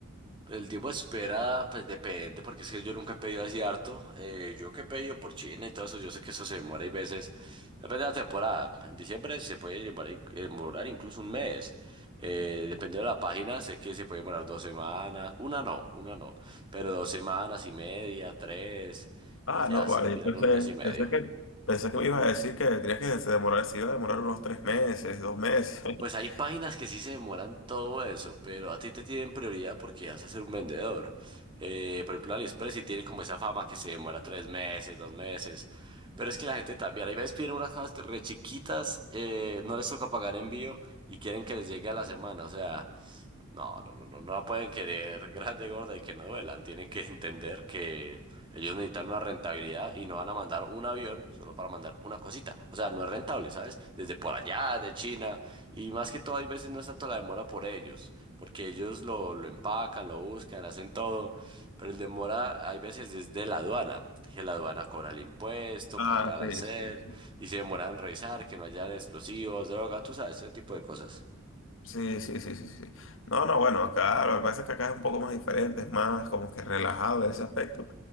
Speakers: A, on the right (about 25°); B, on the left (about 65°).
A: Pues El tiempo de espera, pues depende, porque es que yo nunca he pedido así harto. Eh, yo que he pedido por China y todo eso, yo sé que eso se demora y veces. Depende de la temporada. En diciembre se puede demorar, eh, demorar incluso un mes. Eh, dependiendo de la página, sé que se puede demorar dos semanas. Una no, una no. Pero dos semanas y media, tres.
B: Ah,
A: Y ya
B: no, vale,
A: se tiran
B: yo pensé,
A: un mes y medio.
B: pensé que, pensé que me ibas a decir que tenías que se demorar, se iba a demorar unos tres meses, dos meses. <laughs>
A: Pues hay páginas que sí se demoran todo eso, pero a ti te tienen prioridad porque vas a ser un vendedor. Eh, por ejemplo, AliExpress sí tiene como esa fama que se demora tres meses, dos meses. Pero es que la gente también, hay veces piden unas cajas re chiquitas, eh, no les toca pagar envío y quieren que les llegue a la semana. O sea, no, no, no, no, no la pueden querer <laughs> grande, gorda y que no duelan. Tienen que entender que ellos necesitan una rentabilidad y no van a mandar un avión solo para mandar una cosita. O sea, no es rentable, ¿sabes? Desde por allá, de China. Y más que todo, hay veces no es tanto la demora por ellos, porque ellos lo, lo empacan, lo buscan, hacen todo. Pero el demora, hay veces desde la aduana. que la aduana cobra el impuesto,
B: Ah,
A: pasa el arancel
B: sí, sí, sí.
A: y se demoran en revisar que no haya explosivos, droga, tú sabes, ese tipo de cosas.
B: Sí, sí, sí, sí, sí. No, no, bueno, acá lo que pasa es que acá es un poco más diferente, es más como que relajado en ese aspecto.